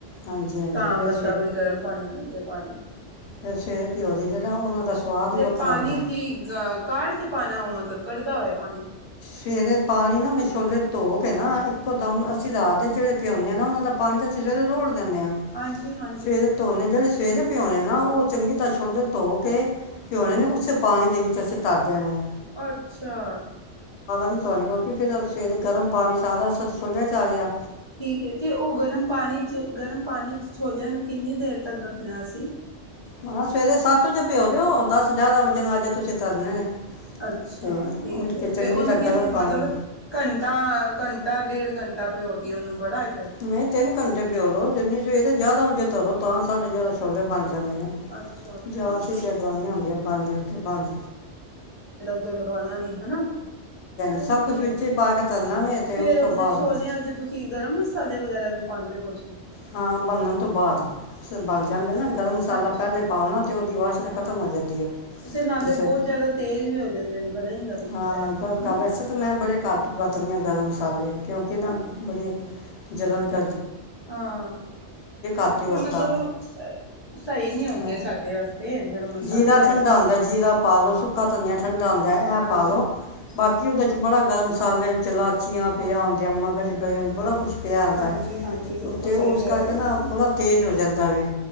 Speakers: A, on the left; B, on the left.
A: ਹਾਂਜੀ ਹਾਂਜੀ
B: ਤਾਂ
A: ਫਿਰ
B: ਬੰਦਾ ਬਈ ਗਰਮ ਪਾਣੀ ਕਰਕੇ ਕੇ ਪਾਾਲੇ
A: ਫ ਸੇ ਦੇ ਪਿਓ ਦੀ ਜਿਹੜਾ ਉਹਨਾਂ ਦਾ ਸਵਾਦ
B: ਤੇ
A: ਹੀ ਵੱਖਰਾ
B: ਪਾਣੀ
A: ਹੁੰਦਾ ਹੈ।
B: ਕਿ ਅ ਕਾੜ ਕੇ ਪਾਉਣਾ ਉਹ ਮਤਲਬ ਕੱਢਦਾ ਹੋਏ ਪਾਣੀ
A: ਸਵੇਰੇ ਪਾਣੀ ਨਾ ਮੈਂ ਛੋਲੇ ਧੋ ਕੇ ਨਾ ਇੱਕੋ ਦਮ ਅਸੀਂ ਰਾਹਦੇ ਜਿਹੜੇ ਪਿਉਂਦੇ ਹਾਂ ਨਾ ਉਹਨਾਂ ਦਾ ਪਾਣੀ ਤਾਂ ਅਸੀਂ ਸਵੇਰੇ ਰੋੜ ਦਿੰਦੇ ਆਾਂ
B: ਹਾਂਜੀ ਹਾਂਜੀ
A: ਫਵੇਰ ਧੋਨੇ ਜਿਹੜੇ ਸਿਹਰੇ ਪਿਉਣੇ ਨਾ ਉਹ ਚੰਗੀ ਤਰ੍ਹਾਂ ਛੁੱਲੇ ਧੋ ਕੇ ਪ ਉਹੇ
B: ਹਾਂਜੀ
A: ਨੇ ਉਸੇ ਪਾਣੀ ਦੇ ਵਿੱਚ ਅਸੀਂ ਤਰ ਦੇਣੇ ਨੇ
B: ਅੱਛਾ
A: ਨ ਤਉਣੇ ਕਿਉਂਕਿ ਫਿਰ ਸਵੇਰੇ ਗਰਮ ਪਾਣੀ ਸਾਰਾ ਸ ਛੋਲਿਆ ਚ ਆ ਗਿਆ
B: ਠੀਕ ਤੇ ਉਹ ਗਰਮ ਪਾਣੀ ਚ ਗਰਮ ਪਾਣੀ ਚ ਛੋਲਿਆਂ ਨੂੰ ਕਿੰਨੀ ਦੇਰ ਤੱਕ ਰੱਖਣਾ ਅਸੀਂ
A: ਮ ਕਿਹਾ ਸਵੇਰੇ ਸੱਤ ਵਜੇ ਪਿਓ ਦਿਓ ਦਸ ਗਿਆਰਾਂ ਵਜੇ ਨਾਲ ਜੇ ਤੁਸੀਂ ਤਰਨੇ ਨੇ
B: ਅੱਛਾ
A: ਤੇ
B: ਠੀਕ
A: ਉੱਠ
B: ਹੈ
A: ਕੇ ਚੰਗੀ
B: ਤੇ ਉਹਨੂੰ
A: ਤਰ੍ਹਾਂ
B: ਕਿਨਂ
A: ਗਰਮ ਪਾਣੀ
B: ਮਤਲਬ ਘੰਟਾ ਘੰਟਾ ਡੇਢ ਘੰਟਾ ਾਿਓਦੀ ਉਹਨੂੰ ਬੜਾ ਫਿਰ
A: ਨਹੀਂ ਤਿੰਨ ਘੰਟੇ ਪਿਓ ਲੋੋ ਜਿੰਨੀ ਸਵੇਰੇ ਜਿਆਦਾ ਜੋ ਤਾਂ ਤੁਡੇ ਜ਼ਿਆਦਾ ਛੋਲੇ ਬਣ ਜਾਂਦੇ ਨੇ
B: ਅੱਛਾ ਅੱਛਾ
A: ਜਾਂਿਆ
B: ਮਤਲਬ
A: ਸੀਟੀਆਂ ਦਵਾਈੀਆਂ ਹੁੰਦੀਆਂ ਪੰਜ ਤੇ ਪੰਜ
B: ਲਗਾਉਣਾ ਨੀ ਹਨਾ ਮ
A: ਸਭ
B: ਵੀ ਸਹੀ
A: ਕੁਝ ਵਿੱਚ
B: ਹੈ
A: ਹੀ ਪਾ ਕੇ ਤਰਨਾ ਵੇ ਤੇ
B: ਫੇਰ
A: ਉਸ ਤੋਂ
B: ਉਹਦੇ
A: ਬਾਅਦ
B: ਛੋਲਿਆਂ ਚ ਤੁਸੀਂ ਗਰਮ ਮਸਾਲੇ ਵਗੈਰਾ ਵੀ ਪਾਉਂਦੇ ਹੋ ਕੁਛ
A: ਹਾਂ ਬਨਣ ਤੋਂ ਬਾਅਦ ਬਣ ਜਾਂਦੇ ਨਾ ਗਰਮ ਮਸਾਲਾ
B: ਅੱਛਾ
A: ਪਹਿਲੇ ਪਾਉ ਅਤੇ ਉਹਦੇ ਬਾਅਦ ਖਤਮ ਹੋ ਜਾਂਦੀ ਹੈ
B: ਤੇ ਨਾਲੇ
A: ਜਿਸ
B: ਬਹੁਤ ਜਿਆਦਾ ਤੇਜ਼ ਵੀ ਹੋ ਜਾਂਦੇ ਨੇ ਗਲੇ ਨੀ ਲੱਗਦੇ
A: ਹਾਂ
B: ਨੇ ਸ਼ਾਇਦ ਤੋਂ
A: ਗਲਕਾ
B: ਹਨਾ।
A: ਵੈਸੇ ਤੇ ਮੈਂ ਬੜੇ ਕੱਟ ਵਤਦੀ ਆ ਗਰਮ ਕਾਲੇ ਕਿਉਂਕਦੇ ਨਾ
B: ਹਾਂਜੀ
A: ਬੜੇ ਜਲਣ ਕ
B: ਹਾਂ
A: ਘੱਟ ਹੀ
B: ਉਹ
A: ਵਰਤਾਂ
B: ਮਤਲਬ ਸਹੀ ਨੀ ਆਉਂਦੇ
A: ਹੈਂ
B: ਸਾਡੇ ਵਾਸਤੇ ਗਰਮ ਮਸਾਲੇ
A: ਜੀਰਾ ਠੰਡਾ ਆਦਾ ਜੀਰਾ ਪਾ ਲਓ ਸੁੱਕਾ
B: ਹੂੰ
A: ਧਨੀੀਆਂ ਠੰਡਾ ਆਦਾ ਹੈ
B: ਹਾਂਜੀ।
A: ਪਾ ਲਓ ਬਾਕੀ ਉਹਦੇ 'ਚ ਬੜਾ ਗਰਮ ਮਸਾਲੇ ਚਲਾਚੀਆਂ ਪਿਆਉਂਦਿਆਂ ਮਗਰ ਬੜਾ ਕੁਛ ਪਿਆ ਆਦਾ
B: ਹਾਂਜੀ-ਹਾਂਜੀ ਬਿਲਕੁਲ
A: ਅਤੇ
B: ਸਹੀ
A: ਉਸ
B: ਕਹਿ
A: ਕਰਕੇ
B: ਰਹੇ ਹੋ
A: ਨਾ ਬੜਾ ਤੇਜ਼ ਹੋ ਜਾਂਦਾ ਵੇ